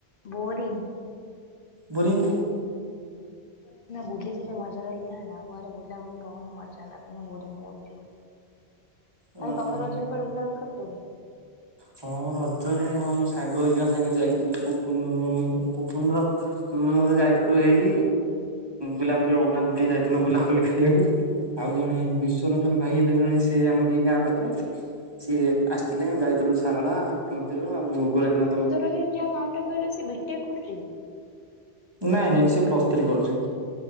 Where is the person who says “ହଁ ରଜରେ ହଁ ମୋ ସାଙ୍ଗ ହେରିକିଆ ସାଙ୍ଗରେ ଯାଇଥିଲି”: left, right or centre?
Right